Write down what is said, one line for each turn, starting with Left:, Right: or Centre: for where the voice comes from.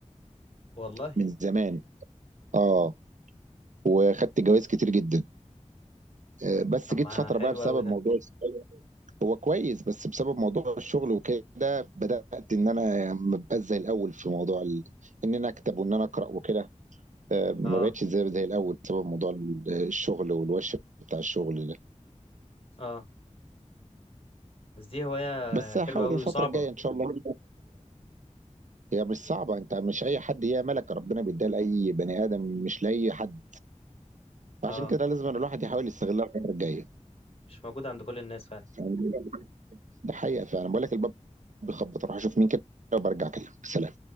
Left: والله
Right: من زمان اه وخدت جوائز كتير جدا آه، بس
Left: طب
Right: جيت
Left: ما
Right: فتره
Left: حلو
Right: بقى بسبب
Left: قوي ده
Right: موضوع الشغل. هو كويس بس بسبب موضوع الشغل وكده بدات ان انا ما بقاش زي الاول في موضوع ال... ان انا اكتب وان انا اقرا وكده آه، ما
Left: اه
Right: بقتش زي زي الاول بسبب موضوع ال- الشغل والوش بتاع الشغل ده
Left: اه بس دي هواية
Right: بس
Left: حلوة
Right: هحاول
Left: قوي
Right: الفتره
Left: وصعبة
Right: الجايه ان شاء الله هي مش صعبه انت مش اي حد هي ملك ربنا بيديها لاي بني ادم مش لاي حد فعشان
Left: اه
Right: كده لازم أن الواحد يحاول يستغلها الفترة الجاية
Left: مش موجودة عند كل الناس فعلا
Right: فاهم؟ ده حقيقة فعلا بقول لك الباب بيخبط اروح اشوف مين كده وبرجع اكلمك سلام